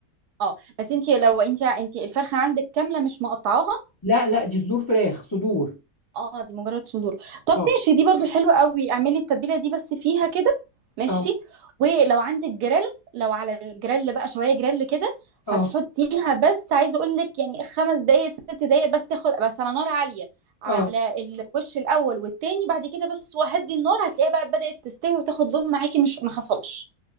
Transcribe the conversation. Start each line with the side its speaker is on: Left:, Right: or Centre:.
Right: اه بس انت لو انت انت الفرخه عندك كامله مش مقطعاها
Left: لا لا دي صدور فراخ صدور
Right: اه دي مجرد صدور طب
Left: اه
Right: ماشي دي برضو حلوة قوي اعملي التتبيلة دي بس فيها كده ماشي
Left: اه
Right: ولو عندك جريل لو على الجريل بقى شوية جريل كده
Left: اه
Right: هتحطيها بس عايزة اقول لك يعني خمس دقايق ست دقايق بس تاخد بس على نار عالية على
Left: اه
Right: الوش الاول والتاني بعد كده بس وهدي النار هتلاقيها بقى بدأت تستوي وتاخد لون معاكي مش ما حصلش